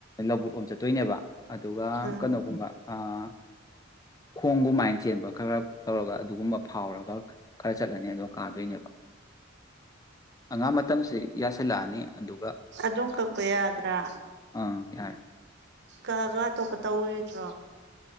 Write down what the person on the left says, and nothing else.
ꯂꯧꯕꯨꯛ ꯂꯣꯝ ꯆꯠꯇꯣꯏꯅꯦꯕ ꯑꯗꯨꯒ
ꯀꯩꯅꯣꯒꯨꯝꯕ ꯑꯥ ꯈꯣꯡꯒꯨꯃꯥꯏꯅ ꯆꯦꯟꯕ ꯈꯔ ꯇꯧꯔꯒ ꯑꯗꯨꯒꯨꯝꯕ ꯐꯥꯎꯔꯒ ꯈꯔ ꯆꯠꯂꯅꯤ ꯑꯗꯣ ꯀꯥꯗꯣꯏꯅꯦꯕ ꯑꯉꯥꯡ ꯃꯇꯝꯁꯤ ꯌꯥꯁꯦ ꯂꯥꯛꯑꯅꯤ ꯑꯗꯨ
ꯑꯥ ꯌꯥꯔꯦ